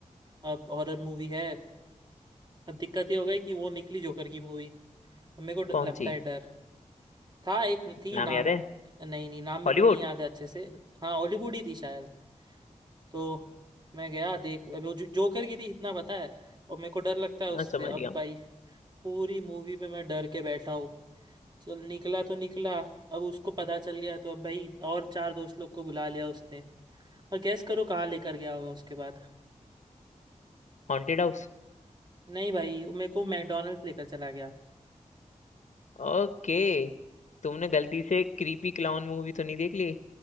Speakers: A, on the right; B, on the left.
A: अब हॉरर मूवी है अब दिक्कत ये हो गई कि वो निकली जोकर की मूवी अब मेरे को ड-
B: कौन
A: लगता
B: सी
A: है डर था एक थी
B: नाम
A: नाम
B: याद है
A: नहीं नहीं नाम मेरे
B: हॉलीवुड
A: को नहीं याद है अच्छे से हाँ हॉलीवुड ही थी शायद तो मैं गया देख अब वो जो, जोकर की थी इतना पता है और मेरे को डर लगता है उससे
B: हाँ समझ
A: अब
B: गया
A: भाई
B: हूँ
A: पूरी मूवी में मैं डर के बैठा हूँ चल निकला तो निकला अब उसको पता चल गया तो अब भाई और चार दोस्त लोग को बुला लिया उसने और गैस करो कहाँ लेकर गया होगा उसके बाद
B: Haunted house
A: नहीं भाई वो मेरे को मैकडोनल्ड्स लेकर चला गया
B: ओके तुमने गलती से क्रीपी क्लाउन मूवी तो नहीं देख ली